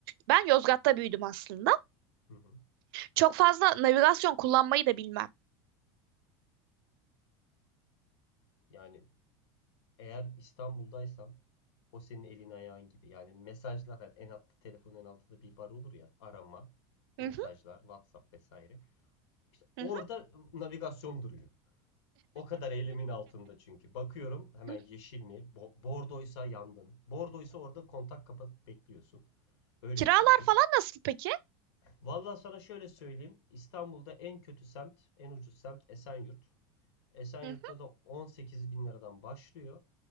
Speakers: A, on the right (about 60°); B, on the left (about 80°).
A: ben Yozgat'ta büyüdüm aslında.
B: Hı hı.
A: Çok fazla navigasyon kullanmayı da bilmem.
B: Yani eğer İstanbul'daysan o senin elin ayağın gibi. Yani mesajlar hani en altta telefonun en altında bir bar olur ya arama,
A: Hı
B: mesajlar,
A: hı,
B: WhatsApp vesaire. İşte
A: hı
B: orada
A: hı.
B: navigasyon duruyor. O kadar elimin altında çünkü. Bakıyorum hemen
A: <laughs>
B: yeşil mi? Bo- bordoysa yandın. Bordoysa orada kontak kapatıp bekliyorsun. Öyle
A: Kiralar
B: bir trafik.
A: falan nasıl peki?
B: Vallahi sana şöyle söyleyeyim. İstanbul'da en kötü semt, en ucuz semt Esenyurt. Esenyurt'ta
A: Hı hı,
B: da 18 bin liradan başlıyor.